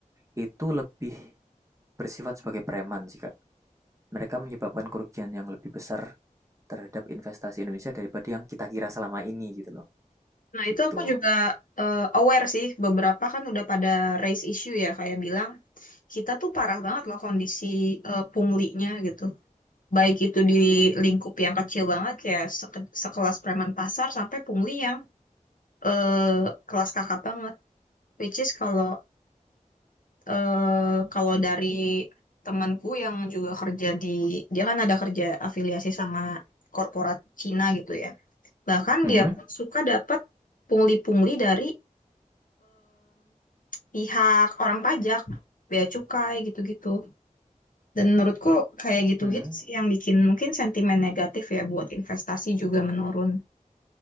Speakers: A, on the right; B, on the left.
A: itu lebih bersifat sebagai preman sih Kak. Mereka menyebabkan kerugian yang lebih besar terhadap investasi Indonesia daripada yang kita kira selama ini gitu loh.
B: Nah,
A: Gitu.
B: itu aku juga eh, aware sih, beberapa kan udah pada raise issue ya, kayak bilang, kita tuh parah banget loh kondisi eh, punglinya gitu. Baik itu di lingkup yang kecil banget, kayak seke- sekelas preman pasar, sampai pungli yang eh, kelas kakap banget. Which is kalau eh, kalau dari temanku yang juga kerja di, dia kan ada kerja afiliasi sama korporat Cina gitu ya. Bahkan
A: Hmm?
B: dia pun suka dapat pungli-pungli dari pihak orang pajak, bea cukai gitu-gitu. Dan menurutku kayak gitu-gitu
A: Hmm?
B: sih yang bikin mungkin sentimen negatif ya buat investasi juga menurun